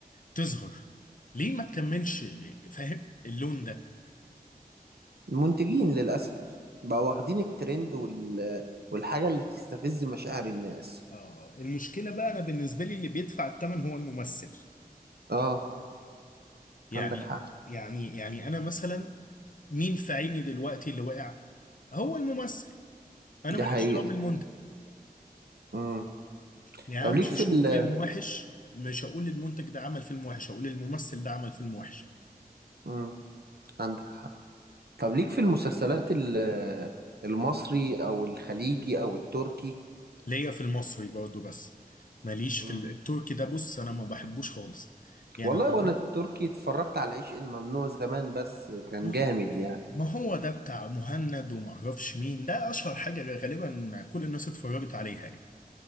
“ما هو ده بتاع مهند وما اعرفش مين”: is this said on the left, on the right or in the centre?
Left